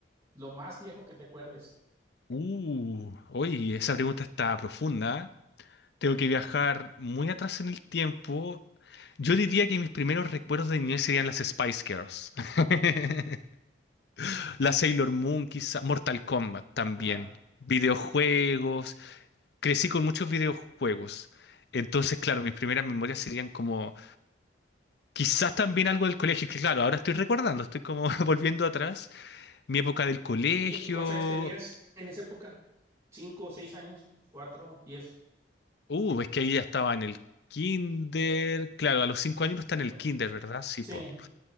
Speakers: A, on the right; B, on the left.
A: Lo más viejo que te acuerdes.
B: Uh, oye, esa pregunta está profunda. ¿eh? Tengo que viajar muy atrás en el tiempo. Yo diría que mis primeros recuerdos de niñez serían las Spice Girls. <laughs> La Sailor Moon, quizá. Mortal Kombat también.
A: Ajá.
B: Videojuegos. Crecí con muchos videojuegos. Entonces, claro, mis primeras memorias serían como. Quizás también algo del colegio, que claro, ahora estoy recordando, estoy como <laughs> volviendo atrás. Mi época del colegio,
A: ¿Y, y cuántos años tenías en esa época? ¿Cinco, seis años? ¿Cuatro, diez,
B: Uh, es que ahí ya estaba en el kinder. Claro, a los cinco años uno está
A: cinco
B: en el
A: años?
B: kinder, ¿verdad? Sí,
A: Sí,
B: po.